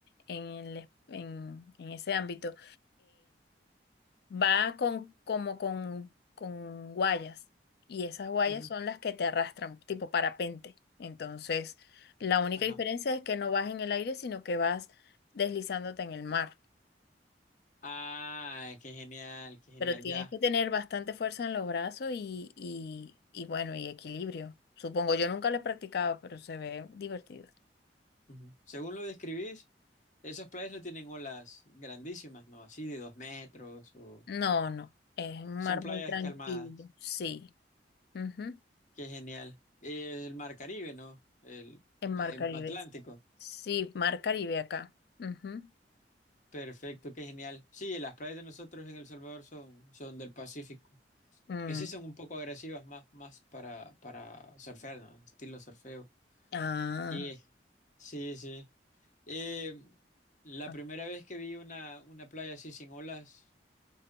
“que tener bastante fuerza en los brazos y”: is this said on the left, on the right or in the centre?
Left